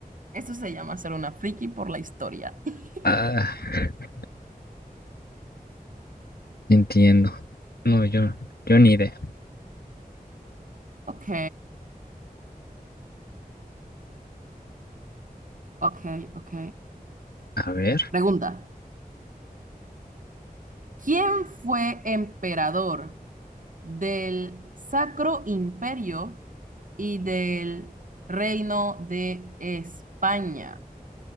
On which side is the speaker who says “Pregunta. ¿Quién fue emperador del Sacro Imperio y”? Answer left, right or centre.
Right